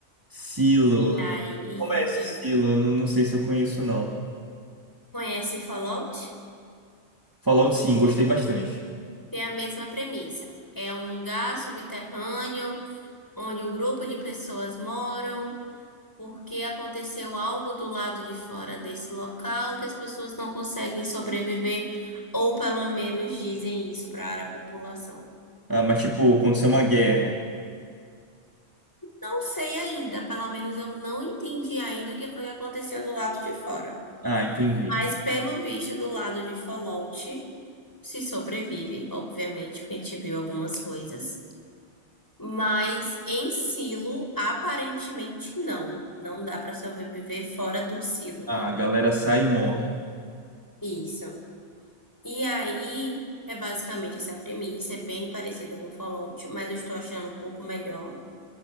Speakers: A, on the right (about 20°); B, on the left (about 15°).
A: Silo.
B: e aí
A: Como é esse
B: e
A: Silo? Eu Não, não sei se eu conheço, não.
B: conhece Fallout?
A: Fallout, sim, gostei bastante.
B: Tem a mesma premissa. É um lugar subterrâneo onde um grupo de pessoas moram. porque aconteceu algo do lado de fora desse local que as pessoas não conseguem sobreviver, ou pelo menos dizem isso para a população.
A: Ah, mas tipo, aconteceu uma guerra.
B: Não sei ainda, pelo menos eu não entendi ainda o que foi que aconteceu do lado de fora.
A: Ah, entendi.
B: Mas pelo visto, do lado de Fallout, se sobrevive, obviamente, porque a gente viu algumas coisas. Mas em Silo, aparentemente não. Não dá para sobreviver fora do Silo.
A: Ah, a galera sai e morre.
B: Isso. E aí é basicamente essa premissa, é bem parecida com Fallout, mas eu estou achando um pouco melhor.